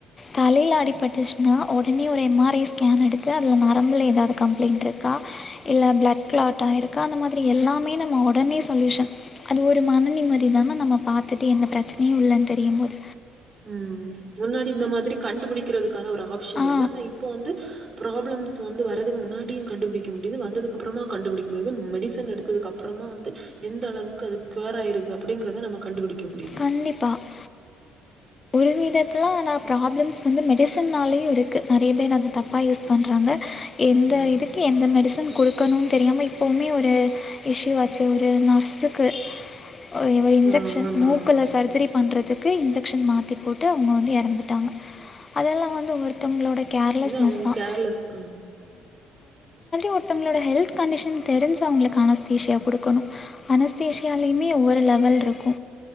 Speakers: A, on the left; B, on the right.
A: தலையில அடிபட்ருச்சின்னா ஒடனே ஒரு எம் ஆர் ஐ ஸ்கேன் எடுத்து அதுல நரம்புல ஏதாது கம்ப்ளைண்ட்ருக்கா இல்ல பிளட் க்ளாட் டாயிருக்கா அந்த மாதிரி எல்லாமே நம் ம ஒடனே சொல்யூஷன் அது ஒரு மன நிம்மதி தான நம்ம பாத்துட்டு எந்த பிரச்னையு இல்லன் தெரியும்போது
B: உம் முன்னாடி இந்த மாதிரி கண்டுபுடிக்கிறதுக்கான ஒரு ஆப்ஷன்
A: ஆ
B: இல்ல ஆனாய் இப்பொ வந்து ப்ராப்ளம்ஸ் வந்து வர் ரதுக்கு முன்னாடியு கண்டுபுடிக்கணு இது வந்ததுக்கப்றமா கண்டுபுடிக்க முடிய்து மெடிஸ் சன் எடுத்ததுக்கு அப்றமா வந்து எந்த அளவுக்கு அது க்யோர் ஆயிருக்கு அப்டிங்றத நமக் கண்டுபுடிக்க முடியிது
A: கண்டிப்பாக ஒரு விதத்ல நா ப்ரா வந்து மெடிசென்னாலே இருக்கு நெறைய பேர் அத தப்பா யூஸ் பண்றாங்க எந்த
B: ம்.
A: இதுக்கு எந்த மெடிசென் குடுக்கணுன் தெரியாம இப் பொமே ஒரு இஷ்யு ஆச்சி ஒரே ஒர் நா இருக்கு ஓ இவ இன்ஜெக்க்ஷன்
B: ஆ ஆமா.
A: மூக்குல சர்ஜரி பண்றதுக்கு இந்த ன் மாற்றி போட்டு அவுங்க வந்து இறந்துட்டாங்க அதெல்லாம் வந்து ஒருத்தவங்களோட கேர்லெஸ்னெஸ்
B: இது அவங்களுக்கு
A: தான்
B: கேர்லெஸ் அ
A: ஒருத்தவங்களோட ஹெல்த் கண்டிஷன் தெரிஞ்சு அவங்களுக்கு அனஸ்தீஷியா கொடுக்கனும் அனஸ்தீஷியாலியுமே ஒரு லெவல் இருக்கு